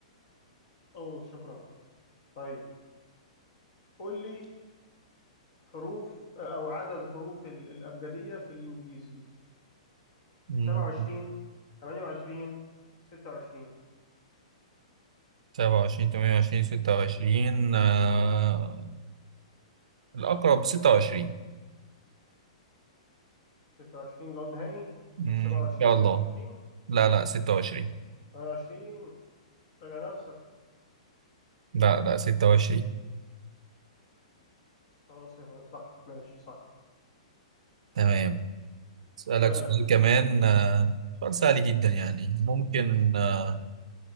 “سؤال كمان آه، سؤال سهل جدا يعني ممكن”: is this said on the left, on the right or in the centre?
Right